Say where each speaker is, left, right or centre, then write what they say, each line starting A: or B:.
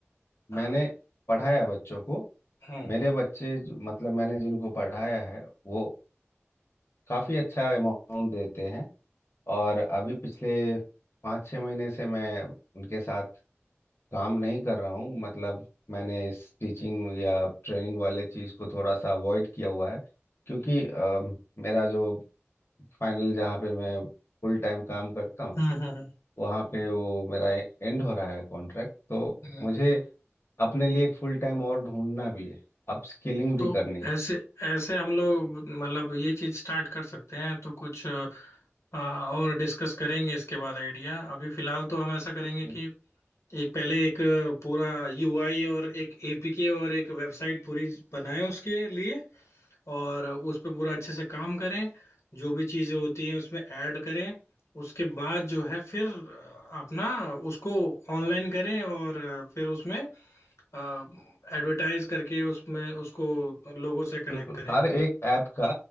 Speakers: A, on the left (about 80°); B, on the left (about 60°).
A: अ,
B: मैंने पढ़ाया बच्चों को
A: हम्म
B: मेरे बच्चे जो- मतलब मैंने जिनको पढ़ाया है वो काफ़ी अच्छा अमाउंट देते हैं और अभी पिछले पाँच छः महीने से मैं उनके साथ काम नहीं कर रहा हूँ मतलब मैंने इस टीचिंग या ट्रेनिंग वाले चीज़ को थोड़ा सा अवॉइड किया हुआ है क्योंकि अ, मेरा जो फाइनल जहाँ पे मैं फुल टाइम काम करता हूँ
A: हम्म हम्म,
B: वहाँ पे वो मेरा एंड हो रहा है कॉन्ट्रैक्ट तो
A: हम्म।
B: मुझे अपने लिए एक फुल टाइम और ढूंढना भी है अपस्किलिंग भी
A: तो
B: करनी
A: ऐसे ऐसे हम लोग मतलब ये चीज स्टार्ट कर सकते हैं तो कुछ अ, और डिस्कस करेंगे इसके बाद आइडिया अभी फिलहाल तो हम ऐसा करेंगे
B: बिल-
A: कि एक पहले एक पूरा यूआई और एक एपीके और एक वेबसाइट पूरी बनाएं उसके लिए और उस पर पूरा अच्छे से काम करें जो भी चीजें होती हैं उसमें ऐड करें उसके बाद जो है फिर अपना उसको ऑनलाइन करें और फिर उसमें एडवर्टाइज करके उसमें उसको लोगों से
B: बिल्कुल
A: कनेक्ट करें
B: हर एक ऐप का